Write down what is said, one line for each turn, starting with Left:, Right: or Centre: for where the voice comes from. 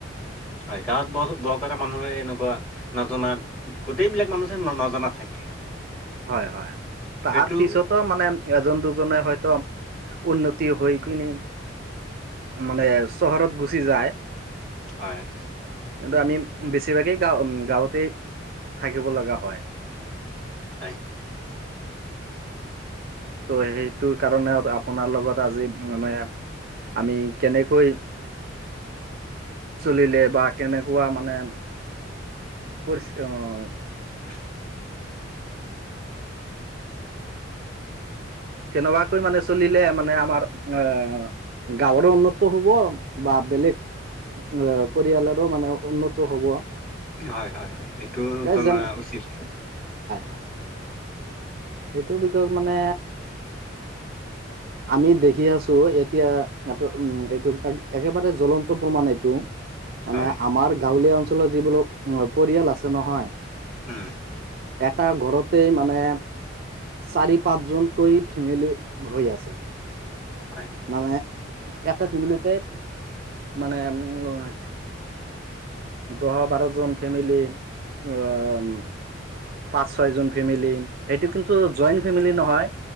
Centre: হয় গাঁৱত ব বৰকাৰ মানুহে এনেকুৱা নজনা গোটেইবিলাক মানুহে ন নজনা থাকে
Right: হয় হয় তাৰ
Centre: সেইটো
Right: পিছতো মানে এজন দুজনে হয় একদম উন্নতি হৈ কিনি মানে চহৰত গুচি যায়
Centre: হয়
Right: কিন্তু আমি বেছিভাগেই গাও উ গাঁৱতে থাকিব লগা হয়
Centre: হয়
Right: ত' সেইটো কাৰণেও আপোনাৰ লগত আজি মানে আমি কেনেকৈ চলিলে বা কেনেকুৱা মানে পৰি আহ <unintelligible>
Centre: <unintelligible>
Right: কেনেবাকৈ মানে চলিলে মানে আমাৰ আহ গাঁৱৰো উন্নত হব বা বেলেগ। পৰিয়ালৰো মানে উন্নত হ'ব।
Centre: হয় হয় হয় সেইটো
Right: গ
Centre: জনা
Right: জ
Centre: উচিত
Right: <unintelligible> সেইটো বিষয়ত মানে আমি দেখি আছো এতিয়া এইটো উ এইটো একেবাৰে জ্বলন্ত প্ৰমাণ এইটো মানে,
Centre: হয়
Right: আমাৰ গাঁৱলীয়া অঞ্চলৰ যিবিলাক পৰিয়াল আছে নহয়
Centre: উম
Right: এটা ঘৰতেই মানে চাৰি পাঁচজনকৈ ফেমিলি হৈ আছে।
Centre: হয়
Right: মানে, এটা ফেমিলিতে মানে, উম অঁ দহ বাৰজন ফেমিলি আঁ পাঁচ ছয়জন ফেমিলি, সেইতোটো জইণ্ট ফেমিলি নহয়।